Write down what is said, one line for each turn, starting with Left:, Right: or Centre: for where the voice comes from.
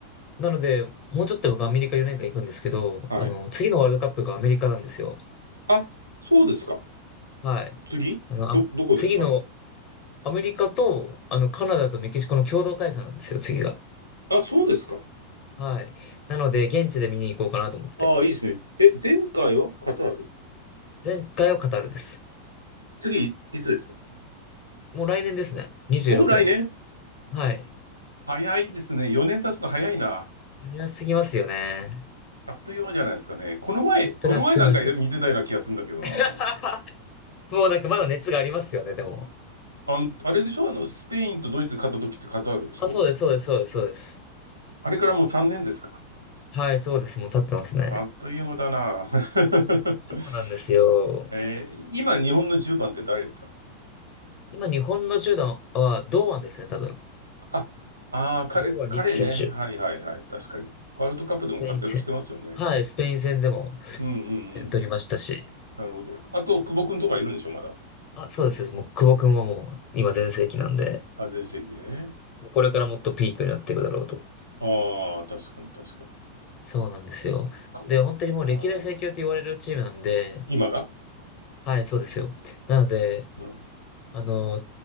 Left: なので、もうちょっと僕アメリカ4年間行くんですけど、
Right: はい。
Left: あの、次のワールドカップがアメリカなんですよ。
Right: あ、そうですか。
Left: はい。
Right: 次ど、
Left: あの、あ、
Right: どこですか
Left: 次の、アメリカと、あの、カナダとメキシコの共同開催なんですよ、次が。
Right: あ、そうですか。
Left: はい。なので、現地で見に行こうかなと思って。
Right: ああ、いいですね。え、前回はカタール
Left: 前回はカタールです。
Right: 次、いつですか
Left: もう来年ですね。26年。
Right: もう来年
Left: はい。
Right: 早いですね。4年経つの早いな。
Left: 早すぎますよね。
Right: あっという間じゃないですかね。この前、
Left: 本当にあっという間ですよ。
Right: この前なんか見てたような気がするんだけどな。
Left: <laughs> もうなんかまだ熱がありますよね、でも。
Right: あん、あれでしょあの、スペインとドイツ勝った時ってカタールでしょ
Left: あ、そうです、そうです、そうです、そうです。
Right: あれからもう3年ですか。
Left: はい、そうです。もう立ってますね。
Right: あっという間だな。<laughs>
Left: そうなんですよ。
Right: えー今、日本の10番って誰ですか
Left: 今、日本の10段は堂安ですね、多分。
Right: あ、あー彼、
Left: 堂安律選手。
Right: 彼ね。はいはいはい。確かに。ワールドカップでも活躍してますよね。
Left: スペイン戦。はい、スペイン戦でも
Right: うんうんうんうん。
Left: 点取りましたし。
Right: なるほど。あと、久保君とかいるんでしょ、まだ。
Left: あ、そうです。もう、久保君はもう、今全盛期なんで、
Right: あ、全盛期でね。
Left: もうこれからもっとピークになっていくだろうと。
Right: ああ、確かに確かに。
Left: そうなんですよ。
Right: か
Left: で、本当にもう歴代最強って言われるチームなんで、
Right: あー今が
Left: はい、そうですよ。なので、
Right: うん。
Left: あの、